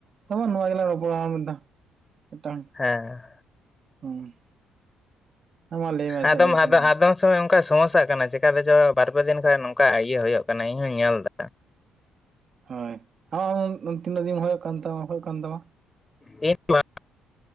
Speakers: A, on the right (about 50°); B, on the left (about 20°).
A: ᱦᱚᱸ ᱢᱟ ᱱᱚᱣᱟ ᱜᱮᱞᱟᱝ ᱨᱚᱯᱚᱲᱟ ᱟᱨ ᱢᱤᱫ ᱫᱷᱟᱣ ᱢᱤᱫᱴᱟᱝ
B: ᱦᱮᱸ
A: ᱦᱩᱸ ᱦᱮᱸ ᱢᱟ ᱞᱟᱹᱭ ᱢᱮ
B: ᱟᱫᱚᱢ
A: ᱪᱮᱫ ᱞᱟᱹᱭᱮᱫ ᱛᱟᱦᱮᱸ ᱛᱚᱠᱷᱚᱱ
B: ᱟᱫᱚᱢ ᱚᱱᱠᱟ ᱥᱚᱢᱚᱥᱥᱟᱜ ᱠᱟᱱᱟ ᱪᱮᱠᱟᱛᱮ ᱪᱚ ᱵᱟᱨ ᱯᱮ ᱫᱤᱱ ᱠᱷᱚᱱ ᱱᱚᱝᱠᱟ ᱤᱭᱟᱹ ᱦᱩᱭᱩᱜ ᱠᱟᱱᱟ ᱤᱧ ᱦᱚᱸᱧ ᱧᱮᱞ ᱫᱟ᱾
A: ᱦᱳᱭ ᱟ ᱛᱤᱱᱟᱹᱜ ᱫᱤᱱ ᱦᱩᱭᱩᱜ ᱠᱟᱱ ᱛᱟᱢᱟ ᱦᱩᱭᱩᱜ ᱠᱟᱱ ᱛᱟᱢᱟ᱾
B: ᱤᱧ <inaudible>